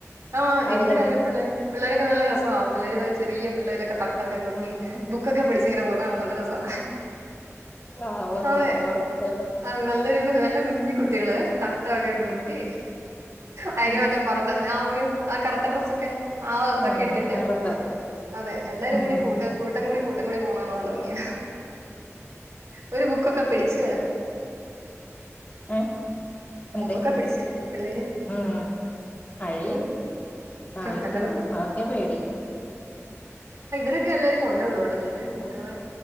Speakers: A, on the right (about 75°); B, on the left (about 35°).
A: ആഹ്
B: ആളുകൾ
A: എന്നി രാവില പിള്ളേർ പിള്ളേരൊക്കെ നല്ല രസമാ പിള്ളേര് ചെറിയ പിള്ളേരൊ ത ക്കകുത്തി
B: ഉം
A: ബുക്കൊക പിടിച്ചിങ്ങനെ പോ ണ നല്ല രസാ
B: ആവോന്ന്
A: അതെ
B: ഉറപ്പല്ല
A: അത നല്ലൊരു നല്ല കുഞ്ഞിക്കുട്ടികള് തട്ടൊക്കെ
B: ഉം
A: കുത്തി ഭങ്കരയ
B: ഉം
A: മറ്റേ പർദ ആ ഒ ആ കറുത്ത ഡ്രസ്സ് ഒക്കെ ആ ഇതൊക്കെ
B: അങ്ങനെ
A: ഇട്ടിട്ട്
B: വെറുതെ
A: അതെ എല്ലാരും
B: ഉം
A: ഇങ്ങനെ കൂട്ട കൂട്ടം കൂടി കൂട്ടം കൂടി പോണകാണാൻ നല്ല ഭംഗിയാ ഒരു ബുക്കൊക്കെ ക്കെ പിടിച്ച്
B: ഏ എന്ത്
A: ബുക്കൊക്കെ പിടിച്ചേ പിള്ളേര്
B: ഉം <unintelligible>
A: നല്ല
B: നായ്ക്കളും
A: നല്ല രസം
B: അതൊക്കെ പേടി
A: ടൊക്കെ എല്ലാരും കൊണ്ട് വിടുവാട്ടോ ചെയ്യുന്നെ കുട്ടികളെ